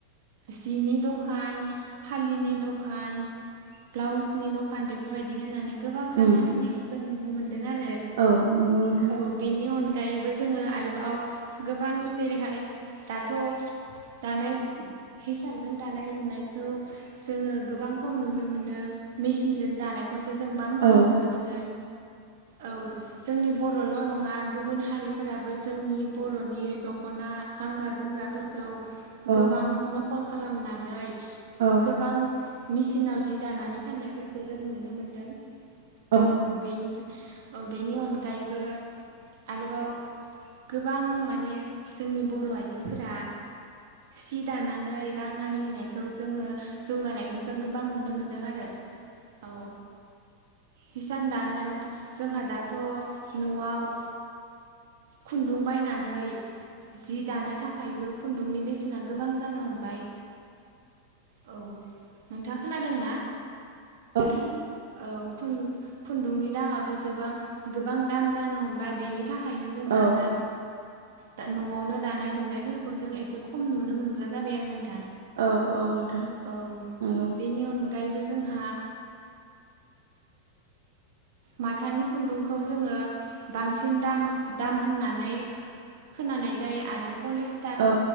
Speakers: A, on the right (about 60°); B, on the right (about 85°).
A: सिनि दखान फालिनि दखान खान बाउस बेफोरबायदि होनानै गोबां रां
B: उम
A: आरजिनाय खौ जों नुनो मोन्दों आरो
B: औ नंगौ नोंथां।
A: औ बेनि अनगायैबो जोङो आरोबाव गोबां जेरैहाय दाथ' दानाय हिसानजों दानाय लुनायखौ जोङो गोबां खम नुनो मोनो मेचनजों दानायखौसो जों बांसिन
B: औ
A: नुनो मोनो। औ जोंनि बर'ल' नङा गुबुन हारिफोराबो जोंनि बर'नि दख'ना गानग्रा जोमग्राफोरखौ
B: औ
A: गोबां नखल खालामनानै
B: औ
A: गोबां मेसिनाव जि दानानै फाननायफोरखौ जों नुनो मोन्दों।
B: औ
A: औ बेनिफ्राय औ बेनि अनगायैबो आरोबाव गोबां माने जोंनि बर' आइजोफोरा सि दानानै रां आरजिनायखौ जोङो जौगानाय खौ जों गोबां नुनो मोनदों आरो औ। हिसान दानायावथ' जोंहा दाथ' न'आव खुन्दुं बायनानै जि दानो थाखायबो खुन्दुंनि बेसेना गोबां जानो हमबाय। औ नोंथाङा खोनादों ना?
B: ओ नोंथां।
A: औ खुन्दुंनि दामाबो जोबां गोबां दाम जानो हमबाय बेनि थाखायनो जोंहा
B: औ
A: दा दा न'आवनो दानाय लुनायफोरखौ जों एसे खम नुनो मोनग्रा जाबाय आरो नोंथां।
B: औ औ नोंथां
A: औ
B: नंगौ।
A: बेनि अनगायैबो जोंहा माथानि खुन्दुंखौ जोङो बांसिन दाम दाम होननानै खोनानाय जायो आरो पलेस थार
B: औ